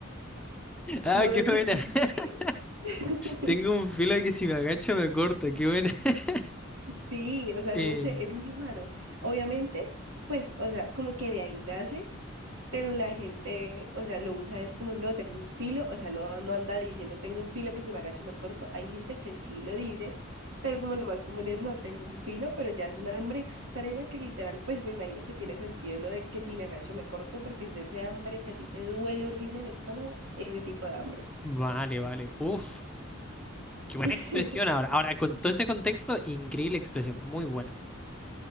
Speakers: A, in the centre; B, on the right (about 80°).
A: Ah,
B: No
A: qué
B: me
A: buena.
B: pregunté.
A: <laughs>
B: <laughs>
A: Tengo un filo que si me agacho me corta, qué buena. <laughs>
B: Sí, o sea,
A: Eh,
B: no sé, es muy raro. Obviamente, pues, o sea, como que de ahí nace. pero la gente, o sea, lo usa es como, no tengo un filo, o sea, no, no anda diciendo tengo un filo que si me agacho me corto. Hay gente que sí lo dice, pero como lo más común es no tengo un filo, pero ya es una hambre extrema que literal, pues me imagino que tiene sentido lo de que si me agacho me corto, porque es de ese hambre que a ti te duele horrible el estómago, ese tipo de hambre.
A: vale, vale. Uf, qué buena
B: <laughs>
A: expresión ahora. Ahora, con todo este contexto, increíble expresión, muy buena.